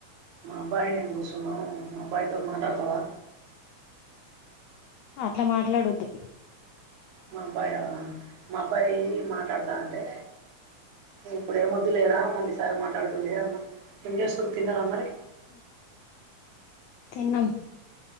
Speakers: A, on the right (about 70°); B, on the left (about 85°).
A: మా అబ్బాయి నేను కూర్చున్నావు మా అబ్బాయితో మాట్లాడత రా
B: అట్ల మాట్లాడొద్దు
A: మా అబ్బాయ మా అబ్బాయి మాట్లాడతా అంటే ఇప్పుడు ఏ వొద్దు లేరా మళ్ళీసారి మాట్లాడదు లే అన్న ఏం చేస్తరు తిన్నారా మరి
B: అ తిన్నం